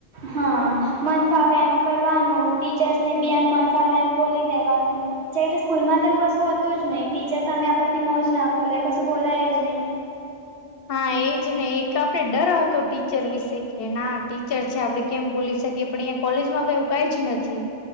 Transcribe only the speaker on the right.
હા મન ફાવે એમ કરવાનું ટીચર્સને બી એમ મન ફાવે એમ બોલી દેવાનું જ્યારે સ્કૂલમાં તેવું કશું હતું જ નહીં ટીચર સામે આપણાથી મો જ ના ખોલાય કશું બોલાય જ નહીં